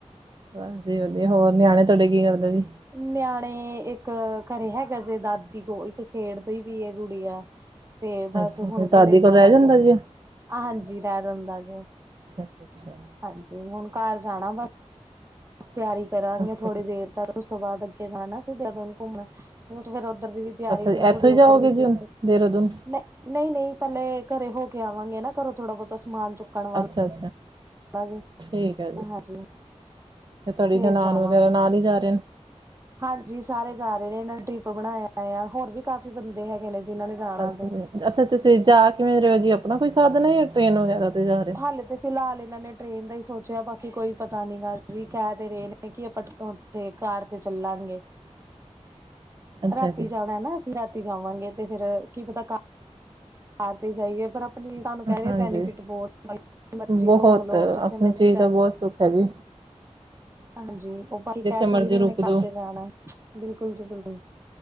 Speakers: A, on the right; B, on the right.
A: ਬਸ ਜੀ ਵਧੀਆ ਹੋਰ ਨਿਆਣੇ ਤੁਆਡੇ ਕੀ ਕਰਦੇ ਜੀ?
B: ਨਿਆਣੇ ਇੱਕ ਕਰੇ ਹੈਗਾ ਜੇ ਦਾਦੀ ਕੋ ਇੱਕ ਖੇਡਦੀ ਪੀਏ ਗੁੜੀਆ। ਤੇ ਬਸ
A: ਅੱਛਾ
B: ਹੁਣ
A: ਫਿਰ ਦਾਦੀ
B: ਘਰੇ ਜਾਣਾ
A: ਕੋਲ ਰਹਿ ਜਾਂਦਾ
B: ਜੀ
A: ਜੇ।
B: ਹਾਂਜੀ ਰਹਿ ਦਿੰਦਾ ਜੇ,
A: ਜੀ ਅੱਛਾ।
B: ਹਾਂਜੀ ਹੁਣ ਘਰ ਜਾਣਾ ਬਸ। ਤਿਆਰੀ ਕਰਾਂਗੇ
A: ਅੱਛਾ
B: ਥੋੜੀ
A: ਜੀ
B: ਦੇਰ ਤੱਕ ਉਸ ਤੋਂ ਬਾਅਦ ਅੱਗੇ ਜਾਣਾ ਸੀ ਦੇਹਰਾਦੂਨ ਘੁੰਮਣ ਫੇਰ ਉੱਧਰ ਦੀ ਵੀ ਤਿਆਰੀ
A: ਅੱਛਾ ਜੀ
B: ਹੋਣੀ ਥੋੜੀ
A: ਇੱਥੋਂ ਹੀ ਜਾਓਗੇ
B: ਉੱਧਰ ਵੀ <unintelligible>
A: ਜੀ ਹੁਣ ਦੇਹਰਾਦੂਨ
B: ਨਹੀਂ-ਨਹੀਂ ਪਹਿਲੇ ਘਰੇ ਹੋ ਕੇ ਆਵਾਂਗੇ ਨਾ ਘਰੋਂ ਥੋੜਾ ਬਹੁਤਾ ਸਮਾਨ ਚੁੱਕਣ ਵਾਲਾ
A: ਅੱਛਾ-ਅੱਛਾ।
B: ਜੀ
A: ਠੀਕ ਹੈ ਜੀ,
B: ਹਾਂਜੀ
A: ਤੇ ਤੁਹਾਡੀ
B: ਫੇਰ
A: ਨਨਾਨ
B: ਜਾਵਾਂਗੇ
A: ਵਗੈਰਾ ਨਾਲ ਜਾ ਰਹੇ ਨੇ?
B: ਹਾਂਜੀ ਸਾਰੇ ਜਾ ਰਹੇ ਨੇ ਇਹਨਾ ਨੇ ਟਰਿਪ ਬਣਾਇਆ ਹੋਇਆ ਹੋਰ ਵੀ ਕਾਫ਼ੀ ਬੰਦੇ ਹੈਗੇ ਨੇ। ਜਿਨਾਂ ਨੇ ਜਾਣਾ
A: ਅੱਛਾ
B: ਜੇ
A: ਜੀ ਅੱਛਾ ਤੁਸੀਂ ਜਾ ਕਿਵੇਂ ਰਹੇ ਹੋ ਜੀ ਆਪਣਾ ਕੋਈ ਸਾਧਨ ਹੈ ਜਾਂ ਟੇਨ ਵਗੈਰਾ। ਤੇ ਜਾ ਰਹੇ
B: ਹਾਲੇ ਤੇ ਫਿਲਹਾਲ ਇਹਨਾਂ ਨੇ ਟ੍ਰਰੇਨ ਦਾ ਹੀ ਸੋਚਿਆ ਬਾਕੀ ਕੋਈ ਪਤਾ ਨੀ ਗਾ ਵੀ ਕਹਿ ਦੇ ਰਹੇ ਨੇ ਕਿ ਆਪਾ <inaudible> ਤੇ ਕਾਰ ਤੇ ਚੱਲਾਂਗੇ।
A: <inaudible> ਅੱਛਾ
B: ਰਾਤੀ
A: ਜੀ
B: ਜਾਣਾ ਹੈ ਨਾ ਅਸੀਂ ਰਾਤੀ ਜਾਵਾਂਗੇ ਤੇ ਫੇਰ ਕੀ ਪਤਾ ਕਾਰ ਕਾਰ ਤੇ ਜਾਈਯੇ, ਪਰ ਅਪ ਤਾੱਨੁ ਕੈ ਰਹੇ
A: ਹਾਂਜੀ
B: ਬੈਨੀਫਿਟ ਬੋਤ <inaudible> ਮਰਜ਼ੀ
A: ਬਹੁਤ
B: ਰੋਕ ਲੋ,
A: ਆਪਣੀ
B: ਜਿੱਥੇ ਮਰਜ਼ੀ
A: ਚੀਜ਼
B: ਪੈ
A: ਦਾ ਬਹੁਤ
B: ਜੋ।
A: ਸੁੱਖ ਹੈ ਜੀ।
B: ਹਾਂਜੀ ਔ ਪਾਈ
A: ਜਿੱਥੇ
B: ਕੈ
A: ਮਰਜ਼ੀ
B: ਤੇ ਏਹੀ ਰੇ
A: ਰੁਕ
B: ਨੇ
A: ਜਾਓ
B: ਕਾਰ ਤੇ ਜਾਣਾ ਬਿਲਕੁਲ ਜੀ ਬਿਲਕੁਲ।